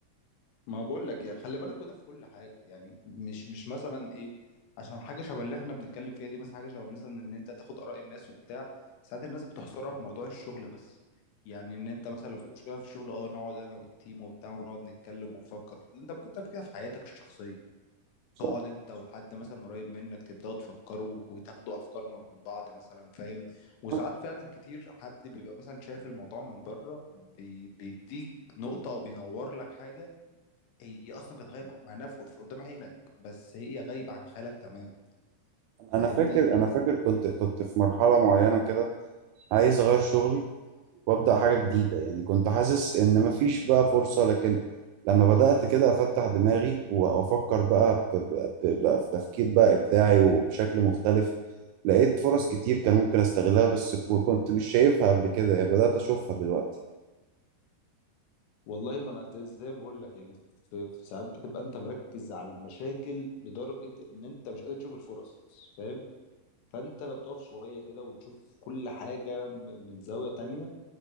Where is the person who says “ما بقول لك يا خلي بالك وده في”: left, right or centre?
Left